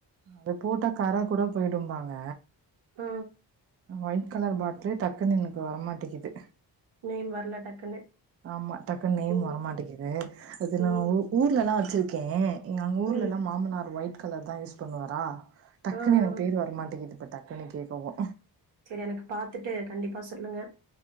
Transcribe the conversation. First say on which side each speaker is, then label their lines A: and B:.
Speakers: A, on the right; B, on the right.
A: அது போட்டா கர கூட போயிடும்பாங்க
B: அ
A: ஒயிட் கலர் பாட்டுலு டக்குனு எனக்கு வர மாட்டிக்குது
B: நேம் வரல டக்குன்னு
A: ஆமா டக்குன்னு நேம்
B: ம்
A: வரமாட்டிக்குது அது
B: ம்
A: நா ஊ ஊர் லலா வச்சிருக்கே எங் அங்க ஊர்லலா
B: ம்
A: மாமனார் ஒயிட் கலர் தா யூஸ் பண்ணுவாரா டக்குன்னு
B: ஆ ஆ
A: எனக்கு பேரு வரமாட்டிகிது இப்ப டக்குன்னு கேட்கவு
B: செரி எனக்கு பாத்துட்டு கண்டிப்பா சொல்லுங்க